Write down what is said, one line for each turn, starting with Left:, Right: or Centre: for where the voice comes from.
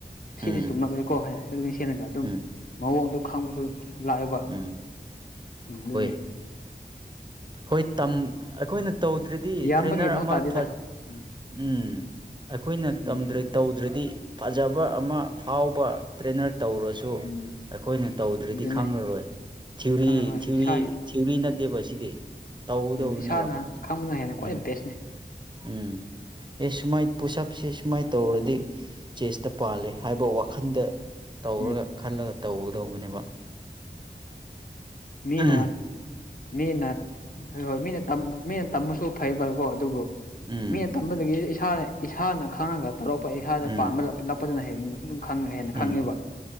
Left: ꯑꯁꯤꯗꯤ
Right: ꯎꯝ
Left: ꯇꯨꯝꯂꯛꯈꯅꯤꯀꯣ ꯍꯥꯏꯗꯤ ꯑꯗꯨꯝ ꯁꯦꯂꯒ ꯑꯗꯨꯝ
Right: ꯎꯝ
Left: ꯃꯑꯣꯡꯗꯣ ꯈꯪꯕꯁꯨ ꯂꯥꯛꯏꯕ
Right: ꯎꯝ
Left: ꯑꯗꯨꯃꯤ
Right: ꯍꯣꯏ ꯑꯩꯈꯣꯏꯅ ꯇꯧꯗ꯭ꯔꯗꯤ
Left: ꯌꯥꯝꯕꯒꯤ
Right: ꯇ꯭ꯔꯦꯟꯅꯔ
Left: ꯃꯊꯧ
Right: ꯑꯃ
Left: ꯇꯥꯗꯦꯗ
Right: ꯐ
Left: ꯎꯝ
Right: ꯎꯝ ꯑꯩꯈꯣꯏꯅ ꯇꯝꯗ꯭ꯔꯦ
Left: ꯎꯝ
Right: ꯇꯧꯗ꯭ꯔꯗꯤ ꯐꯖꯕ ꯑꯃ ꯐꯥꯎꯕ ꯇ꯭ꯔꯦꯅꯔ ꯇꯧꯔꯁꯨ ꯇꯨ
Left: ꯎꯝ
Right: ꯑꯩꯈꯣꯏꯅ ꯇꯧꯗ꯭ꯔꯗꯤ
Left: ꯑꯗꯨꯅꯦ
Right: ꯈꯪꯂꯉꯔꯣꯏ ꯊꯤꯎꯔꯤ
Left: ꯈꯪꯉꯦ ꯍꯣꯏ
Right: ꯊꯤꯎꯔꯤ
Left: ꯏꯁꯥꯒꯤ
Right: ꯊꯤꯌꯨꯔꯤ ꯅꯠꯇꯦ ꯁꯤꯗꯤ ꯇꯧꯒꯗꯧꯕꯅꯦꯕ
Left: ꯎꯝ ꯏꯁꯥꯅ ꯈꯪꯕꯅ ꯍꯦꯟꯅ ꯈ꯭ꯋꯥꯏ
Right: ꯎꯝ
Left: ꯕꯦꯁꯅꯤ
Right: ꯎꯝ ꯑꯦ ꯁꯨꯃꯥꯏ ꯄꯨꯁꯞꯁꯦ ꯁꯨꯃꯥꯏꯅ ꯇꯧꯔꯗꯤ
Left: ꯎꯝ
Right: ꯆꯦꯁꯇ ꯄꯥꯜꯂꯤꯦ ꯍꯥꯏꯕ ꯋꯥꯈꯟꯗ ꯇꯧꯔꯒ
Left: ꯎꯝ
Right: ꯈꯜꯂꯒ ꯇꯧꯒꯗꯧꯕꯅꯦꯕ
Left: ꯃꯤꯅꯥ
Right: ꯎꯝ
Left: ꯃꯤꯅ ꯍꯣꯏ ꯃꯤꯅ ꯃꯤꯅ ꯇꯝꯕꯁꯨ ꯐꯩꯕꯀꯣ ꯑꯗꯨꯕꯨ
Right: ꯎꯝ
Left: ꯃꯤꯅ ꯇꯝꯕꯗꯒꯤ ꯏꯁꯥꯅ ꯏꯁꯥꯅ ꯈꯥꯡꯉꯒ ꯇꯧꯔꯛꯄ ꯑꯩꯍꯥꯗ
Right: ꯎꯝ
Left: ꯄꯥꯟꯕꯥ ꯂꯛꯄꯗꯅ ꯍꯦꯟꯅ ꯑꯗꯨꯝ ꯍꯦꯟꯅ
Right: ꯎꯝ
Left: ꯈꯪꯉꯦꯕ